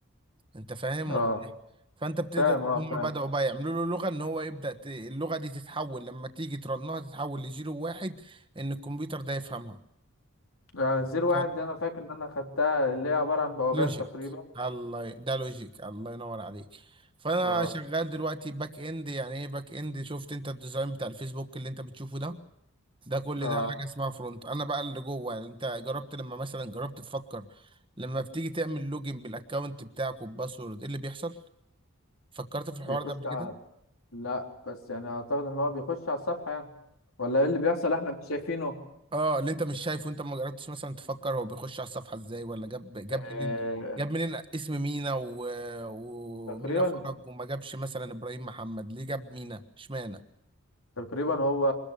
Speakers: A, on the right; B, on the left.
A: انت فاهم
B: أه
A: ولا ايه فانت بتقدر
B: فاهم أه
A: هم
B: فاهم
A: بدأوا بقى يعملوا له لغة ان هو يبدأ ت... اللغة دي تتحول لما تيجي ترنها تتحول لزيرو واحد ان الكمبيوتر ده يفهمها
B: يعني زيرو واحد
A: ف...
B: دي أنا فاكر إن أنا خدتها اللي هي عبارة عن بوابات
A: لوجيك
B: تقريبا
A: الله ي- ده لوجيك الله ينور عليك فانا
B: أه
A: شغال دلوقتي باك اند يعني ايه باك اند شفت انت الديزاين بتاع الفيسبوك اللي انت بتشوفه ده ده كل
B: أه
A: ده حاجة اسمها فرونت انا بقى اللي جوه انت جربت لما مثلا جربت تفكر لما بتيجي تعمل لوجن بالاكونت بتاعك وباسورد ايه اللي بيحصل فكرت في الحوار
B: بيخش
A: ده قبل كده
B: على لا بس يعني اعتقد ان هو بيخش على الصفحة يعني ولا ايه اللي بيحصل احنا مش شايفينه
A: اه اللي انت مش شايفه انت ما جربتش مثلا تفكر هو بيخش على الصفحه ازاي ولا جاب جاب
B: آه...
A: منين جاب منين اسم مينا و... ومينا
B: تقريبا
A: فرج وما جابش مثلا ابراهيم محمد ليه جاب مينا اشمعنى
B: تقريبا هو